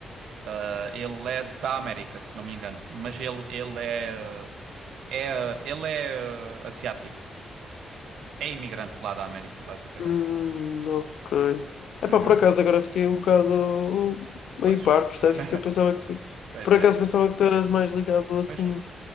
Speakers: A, on the right; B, on the left.
A: Ah, ele é da América, se não me engano. Mas ele, ele é, é. Ele é ah, asiático. É imigrante lá da América, basicamente.
B: Hum, ok. Epá,
A: Uhum.
B: por acaso agora fiquei um bocado meio
A: Pois.
B: par, percebes?
A: <laughs>
B: Porque eu pensava que.
A: Pois
B: Por acaso
A: é.
B: pensava que tu eras mais ligado assim
A: Pois.